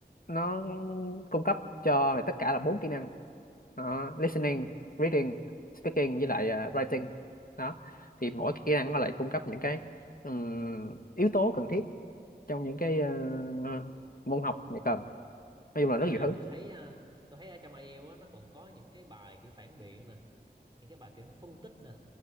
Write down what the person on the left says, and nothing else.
nó cung cấp cho mày tất cả là bốn kỹ năng đó, listening reading speaking với lại ờ, writing đó thì mỗi cái kỹ năng nó lại cung cấp những cái ừm, yếu tố cần thiết trong những cái ờ, môn học mày cần nói chung là
rất nhiều thứ